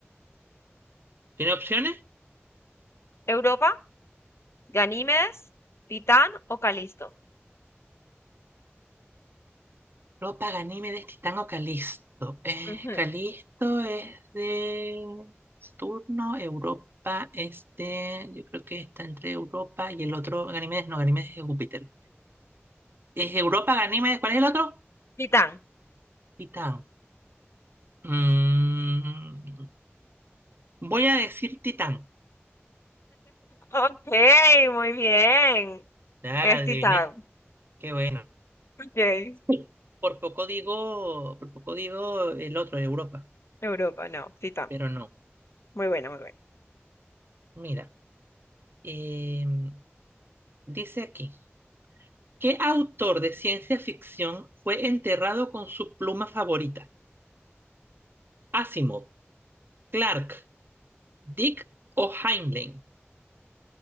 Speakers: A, on the right; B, on the left.
A: ¿Tiene opciones?
B: ¿Europa? ¿Ganímedes? ¿Titán o Calisto?
A: No, Paganimedes, Titán o Calisto. Eh,
B: Ujú,
A: Calisto es de Saturno, Europa es de, yo creo que está entre Europa y el otro, Ganímedes, no, Ganímedes es de Júpiter. Es Europa, Ganímedes, ¿cuál es el otro?
B: Titán.
A: Titán. Mm, voy a decir Titán.
B: Ok, muy bien.
A: Ya
B: Es
A: la adiviné,
B: Titán.
A: qué bueno.
B: Ok.
A: Sí. Por poco digo, por poco digo el otro, Europa,
B: Europa, no. Titán.
A: pero no.
B: Muy buena, muy buena.
A: Mira, em, dice aquí. ¿Qué autor de ciencia ficción fue enterrado con su pluma favorita? Asimov, Clark, Dick o Heinlein.